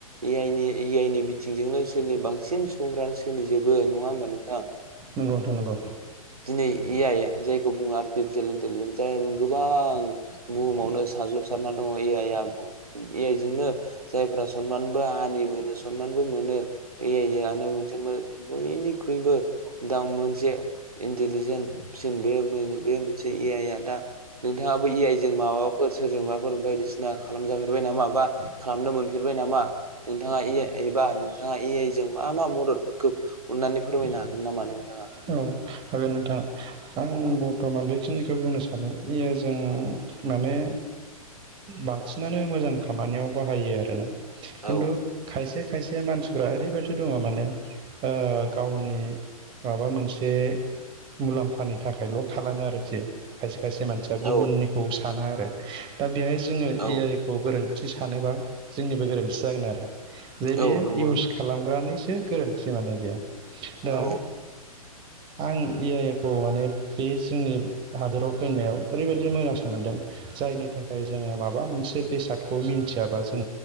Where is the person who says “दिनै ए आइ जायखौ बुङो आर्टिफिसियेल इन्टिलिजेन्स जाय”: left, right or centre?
Right